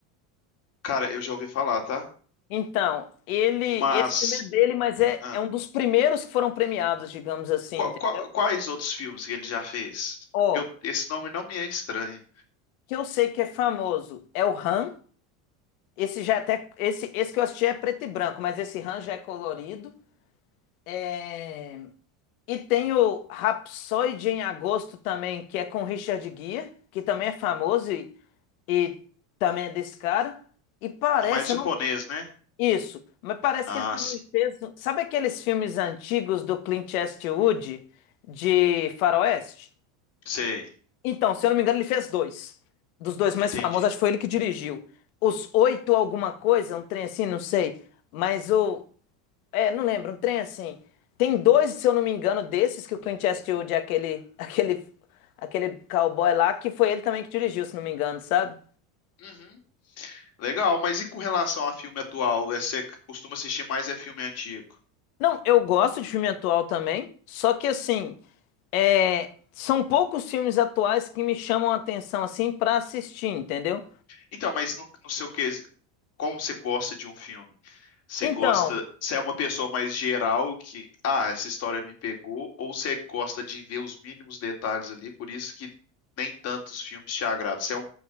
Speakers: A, on the left (about 35°); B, on the left (about 85°).
A: Cara, eu já ouvi falar, tá?
B: Então, ele,
A: Mas
B: esse filme é dele, mas é,
A: ah,
B: é um dos primeiros que foram premiados, digamos assim,
A: qual-
B: entendeu?
A: qual- quais outros filmes que ele já fez?
B: Ó,
A: Porque eu- esse nome não me é estranho.
B: que eu sei que é famoso é o Han, Esse já é até. Esse, esse que eu assisti é preto e branco, mas esse Han já é colorido. É, E tem o Rhapsody em Agosto também, que é com Richard Gere, que também é famoso e, e também é desse cara. E parece,
A: É mais japonês,
B: eu não.
A: né?
B: Isso, mas parece
A: Ah,
B: que ele também
A: sim.
B: fez. um, Sabe aqueles filmes antigos do Clint Eastwood de Faroeste?
A: Sei.
B: Então, se eu não me engano, ele fez dois. Dos dois mais
A: Entendi.
B: famosos, acho que foi ele que dirigiu. Os oito alguma coisa, um trem assim, não sei. Mas o. É, não lembro, um trem assim. Tem dois, se eu não me engano, desses que o Clint Eastwood é aquele, <laughs> aquele, aquele cowboy lá, que foi ele também que dirigiu, se não me engano, sabe?
A: Uhum. Legal, mas e com relação a filme atual? É, Você costuma assistir mais é filme antigo?
B: Não, eu gosto de filme atual também, só que assim, é, são poucos filmes atuais que me chamam a atenção assim pra assistir, entendeu?
A: Então, mas no, no seu quesito, como você gosta de um filme? Você
B: Então,
A: gosta, você é uma pessoa mais geral que, ah, essa história me pegou, ou você gosta de ver os mínimos detalhes ali, por isso que nem tantos filmes te agradam. Você é um-